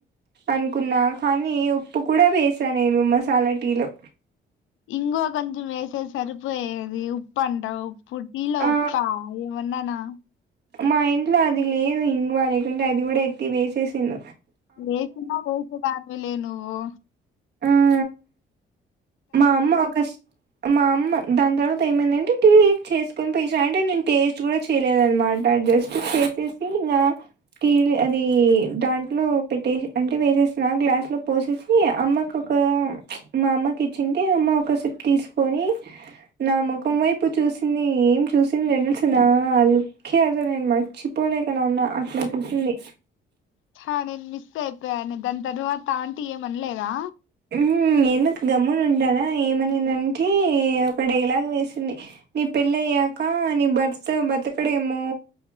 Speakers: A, on the right; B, on the left.
A: అనుకున్నా కానీ ఉప్పు కూడా వేసా నేను మసాలా టీలో
B: ఇంగవ కొంచం ఎస్తే సరిపోయేది ఉప్ పండవుప్పుటీలవ్
A: ఆ
B: పాయ్ ఏమన్నానా
A: మా ఇంట్లో అది లేదు ఇంగువ లేకుంటే అది కూడా ఎత్తి వేసేసిన్.
B: లేచినా లేేచ దాను లేను అ
A: ఆ మామ్ ఆగస్ట్ మా అమ్మ దాని తర్వాత ఏమైందంటే, టీ చేసుకొని పోసా అంటే నేను టేస్ట్ కూడా చేయలేదునమాట, జస్ట్ చేసేసి ఇంకా టీ అది దాంట్లో పెట్టే అంటే వేసేసినా గ్లాస్ లో పోసేసి అమ్మకు ఒక మా అమ్మకి ఇచ్చింటే అమ్మ ఒక సిప్ తీసుకొని, నా ముఖం వైపు చూసింది, ఏం చూసింది తెలుసునా అ లుక్ హె నేను మర్చిపోలేక నా ఉన్నా అట్లా చూసింది.
B: చా నేను మిస్ అయిపోయాను దాని తర్వాత ఆంటీ ఏమనలేదా
A: మ్ ఎందుకు గమ్మున ఉండారా ఏమనిందంటే ఒక డైలాగ వేసింది నీ పెళ్ళయ్య కా నీ భర్త బతకడ ఏమో